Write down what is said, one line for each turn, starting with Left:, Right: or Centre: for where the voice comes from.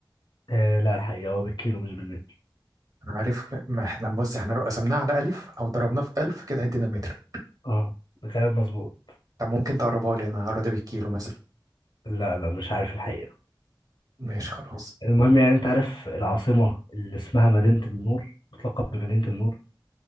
Left: آه لا الحقيقة هو بالكيلو مش بالمتر
Right: عارف ما احنا بص احنا لو قسمناه على 1000 او ضربناه في 1000 كده هيدينا متر
Left: اه ده كلام مظبوط
Right: طب ممكن تقربها لي انا هقربها بالكيلو مثلا
Left: لا لا مش عارف الحقيقة
Right: ماشي خلاص
Left: المهم يعني انت عارف العاصمة اللي اسمها مدينة النور بتلقب بمدينة النور